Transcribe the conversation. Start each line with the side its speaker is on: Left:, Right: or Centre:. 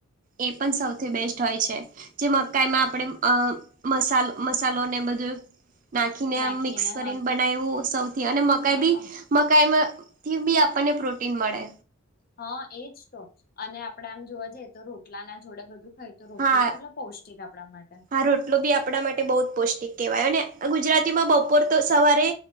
Right: એ પણ સૌથી બેસ્ટ હોય છે. જે મકાઈમાં આપણે અ મ મસાલોને નાખીને
Left: નાખીને
Right: મિક્સ કરી
Left: હ
Right: બનાવ સૌથી અને મકાઈ
Left: હ
Right: બી કાઈમથી બી આપણને પ્રોટીન મળે
Left: હા એજ તો અને આપડે આમ જોવા જઈએ તો રોટલા ના જોડે બધું ખાય તો રોટલો
Right: હા
Left: એ કેટલો પૌષ્ટિક આપણા માટે.
Right: હા રોટલો બી આપણા માટે એ બઉ પૌષ્ટિક કેહવાય અને ગુજરાતીમાં બપોર તો સવારે